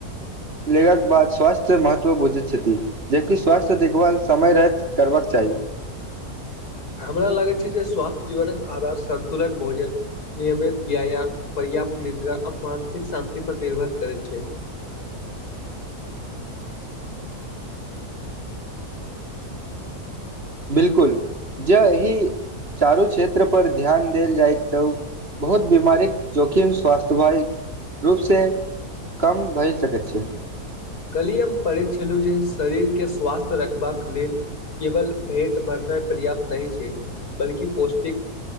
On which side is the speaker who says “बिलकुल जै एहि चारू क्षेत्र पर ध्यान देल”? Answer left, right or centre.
Right